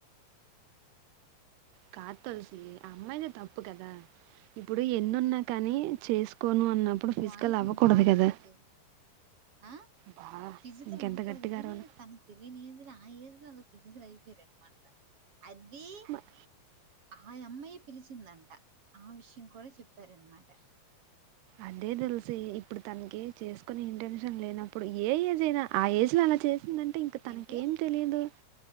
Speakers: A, on the right; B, on the right.
A: కా తొలసి అమ్మాయితే తప్పు కదా ఇప్పుడు ఎన్నున్నా కాని చేసుకోను అన్నప్పుడు ఫిజికల్
B: వాయిస్
A: అవ్వకూడదు
B: వినిపిన్చెప్పలేదు
A: కదా
B: ఆ
A: బా
B: ఫిజికల్
A: ఇంకెంత
B: అవ్వకూడదు
A: గట్టిగా
B: కాని
A: అరవను
B: తనకు తెలియని ఏజ్లో ఆ <unintelligible> ఫైసికెలరుమాంట అది
A: మ-
B: ఆ ఆ అమ్మాయే పిలిచిందంట ఆ విషయం కూడా చెప్పారనమాట
A: అదే తెలిసి ఇప్పుడు తనకి చేసుకుొని ఇంటెన్షన్ లేనప్పుడు ఏ ఏజ్ అయినా ఆ ఏజ్ లో అలా చేసి వందంటే ఇంకా తనకేం
B: ఏంటి
A: తెలియదు